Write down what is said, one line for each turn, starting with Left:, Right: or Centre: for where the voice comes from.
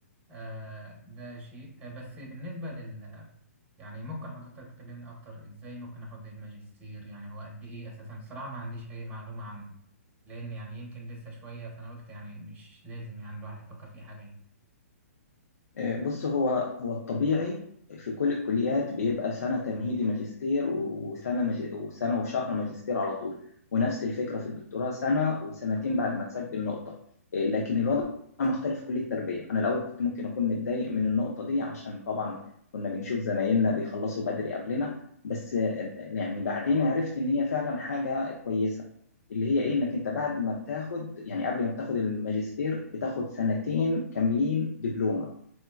Right: آه، ده شيء آه، بس بالنسبة لل يعني ممكن حضرتك تكلمني أكتر إزاي ممكن آخد الماجستير يعني هو قد إيه أساسا الصراحة ما عنديش أي معلومة عنه لأن يعني يمكن لسه شوية فأنا قلت يعني مش لازم يعني الواحد يفكر فيه حاليا.
Left: آه، بص هو هو الطبيعي في كل الكليات بيبقى سنة تمهيدي ماجستير و- وسنة مج... وسنة وشهر ماجستير على طول ونفس الفكرة في الدكتوراه سنة وسنتين بعد ما تسجل نقطة آه، لكن الوضع مختلف في كلية التربية أنا الأول كنت ممكن أكون متضايق من النقطة دي عشان طبعا كنا بنشوف زمايلنا بيخلصوا بدري قبلنا بس آه، يعني بعدين عرفت إن هي فعلا حاجة كويسة اللي هي ايه انك انت بعد ما بتاخد يعني قبل ما بتاخد الماجستير بتاخد سنتين كاملين دبلومة